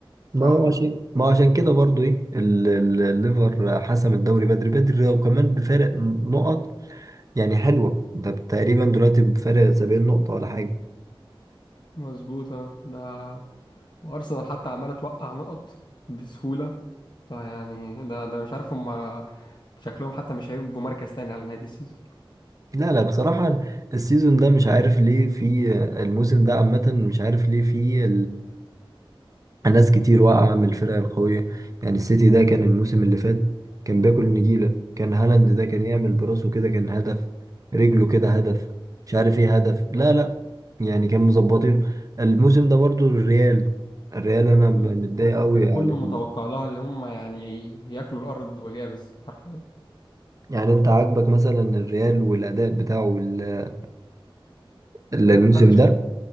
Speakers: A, on the left; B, on the right.
A: صح
B: ما هو
A: ولا
B: عشان ما هو عشان كده برضو ايه ال- ال- الليفر حسم الدوري بدري بدري وكمان بفارق نقط يعني حلوة ده تقريبا دلوقتي بفارق 70 نقطة ولا حاجة
A: مظبوطة ده وأرسنال حتى عمالة توقع نقط بسهولة فيعني ده ده أنا مش عارف هم شكلهم حتى مش هيبقوا مركز تاني على نهاية السيزون
B: لا لا بصراحة السيزون ده مش عارف ليه في الموسم ده عامة مش عارف ليه في ناس كتير واقعة من الفرق القوية يعني السيتي ده كان الموسم اللي فات كان بياكل نجيلة كان هالاند ده كان يعمل براسه كده كان هدف رجله كده هدف مش عارف ايه هدف لا لا يعني كان مظبطين الموسم ده برضو الريال الريال انا م-
A: مم.
B: متضايق قوي
A: كان كله
B: على ال-
A: متوقع لها اللي هم يعني ياكلوا الأرض واليابس حرفيا
B: يعني انت عاجبك مثلا الريال والاداء بتاعه ال- ال-
A: ده
B: الموسم
A: ما حدش
B: ده